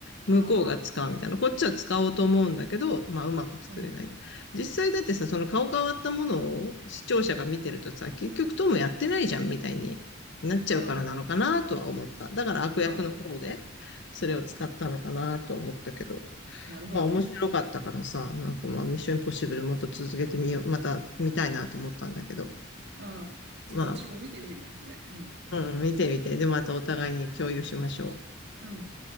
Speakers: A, on the left (about 60°); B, on the right (about 55°).
A: 向こうが使うみたいな。
B: ああ、
A: こっちは使おうと思うんだけど、まあうまく作れない。
B: うん、
A: 実際だってさ、その顔変わったものを視聴者が見てるとさ、結局トムやってないじゃんみたいになっちゃうからなのかなとは思った。
B: うん。
A: だから悪役の方で、
B: まあね。
A: それを使ったのかなと思ったけど。
B: なるほどね。
A: まあ面白かったからさ、なんかまあミッションインポッシブルもっと続けてみよう、また見たいなと思ったんだけど、
B: うん。ちょっと私も見てみるわ、
A: ま
B: それ。うん、
A: あ、うん、見てみて、でまたお互いに共有しましょう。
B: うん。